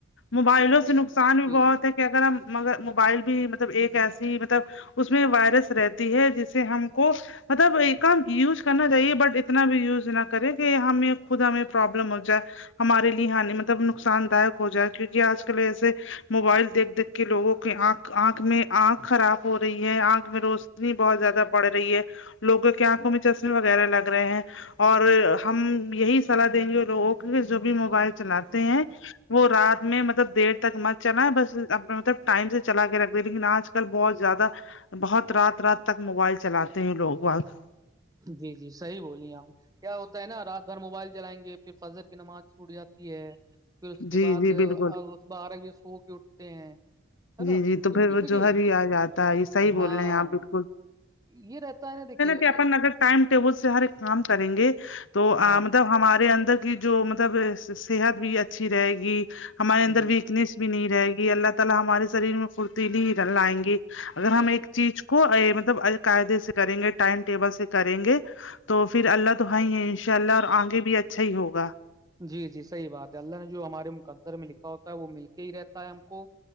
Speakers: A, on the left; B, on the right.
A: موبائلوں
B: لیکن
A: سے نقصان بھی
B: جی
A: بہت ہے کہ اگر ہم مگر موبائل بھی مطلب ایک ایسی مطلب اس میں وائرس رہتی ہے جسے ہم کو مطلب ایک کام یوز کرنا چاہیے بٹ اتنا بھی یوز نہ کرے کہ ہمیں خود ہمیں پرابلم ہو جائے ہمارے لیے ہانی مطلب نقصان دایک ہو جائے کیونکہ آج کل ایسے موبائل دیکھ دیکھ کے لوگوں کے آنکھ آنکھ میں آنکھ خراب ہو رہی ہے آنکھ میں روز روشنی بہت زیادہ بڑ رہی ہے لوگوں کی آنکھوں میں چشمے وغیرہ لگ رہے ہیں اور ہم یہی صلاح دیں گے لوگوں کی جو بھی موبائل چلاتے ہیں وہ رات میں مطلب دیر تک مت چلا ہے بس مطلب ٹائم سے چلا کے رکھ دے لیکن آج کل بہت زیادہ بہت رات رات تک موبائل چلاتے ہیں لوگ وقت
B: جی جی صحیح بولیے آپ کیا ہوتا ہے نا رات بھر موبائل جلائیں گے پھر فجر کی نماز چھوٹ جاتی ہے پھر اس کے
A: جی
B: بعد
A: جی بالکل
B: بارہ بجے سو کے اٹھتے ہیں ہے نا
A: جی جی تو
B: کیونکہ
A: پھر وہ
B: دیکھیے
A: جوہر ہی آ جاتا ہے یہ صحیح
B: ہاں
A: بول رہے ہیں آپ بالکل
B: یہ رہتا ہے نہ دیکھیے
A: کے اپن اگر ٹائم ٹیبل سے ہر ایک کام کریں گے تو
B: ہاں
A: مطلب ہمارے اندر کی جو مطلب صحت بھی اچھی رہے گی ہمارے اندر
B: جی
A: ویکنیس
B: جی
A: بھی نہیں رہے گی اللہ تعالی ہمارے شریر میں پھرتیلی لائیں گی اگر ہم ایک چیز کو مطلب قاعدے سے کریں گے ٹائم ٹیبل سے کریں گے تو پھر اللہ تو ہے ہی ہے ان شاء اللہ اور آگے بھی اچھا ہی ہوگا
B: جی جی صحیح بات ہے اللہ نے جو ہمارے مقدر میں لکھا ہوتا ہے وہ مل کے ہی رہتا ہے ہم کو